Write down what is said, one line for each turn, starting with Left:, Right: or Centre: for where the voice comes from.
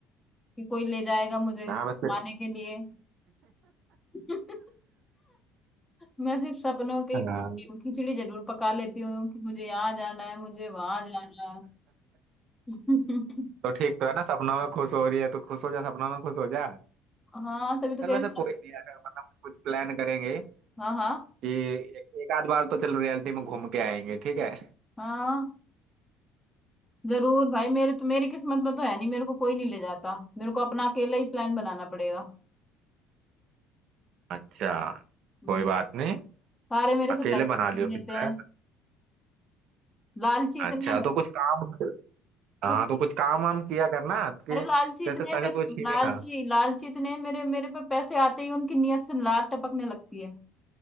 Left: कि कोई ले जाएगा मुझे
Right: हाँ बस
Left: खाने के लिए <laughs> मैं सिर्फ सपनों के
Right: हाँ
Left: खिचड़ी
Right: हाँ,
Left: खिचड़ी जरूर पका लेती हूँ कि मुझे यहाँ जाना है मुझे वहां जाना है <laughs>
Right: तो ठीक तो है ना सपनों में खुश हो रही है तो खुश हो जा सपनों में खुश हो जा
Left: हाँ तभी तो
Right: चल
Left: कह
Right: वैसे
Left: रही
Right: कोई
Left: हूँ
Right: नहीं है मतलब कुछ प्लान करेंगे
Left: हाँ हाँ
Right: कि एक, एक आध बार तो चल रियलिटी में घूम के आएंगे ठीक है
Left: हाँ जरूर भाई मेरे तो मेरी किस्मत में तो है नहीं मेरे को कोई नहीं ले जाता मेरे को अपना अकेला ही प्लान बनाना पड़ेगा
Right: अच्छा
Left: हम्म।
Right: कोई बात नहीं
Left: सारे मेरे
Right: अकेले
Left: से पैसे छीन
Right: बना लियो
Left: लेते
Right: फिर प्लान
Left: हैं लालची इतने
Right: अच्छा तो कुछ काम हाँ
Left: कुछ
Right: तो कुछ काम वाम किया करना कि
Left: अरे लालची इतने
Right: जैसे पैसे
Left: मेरे
Right: कोई छीने
Left: लालची
Right: ना
Left: लालची इतने मेरे मेरे पे पैसे आते ही उनकी नीयत से लात टपकने लगती है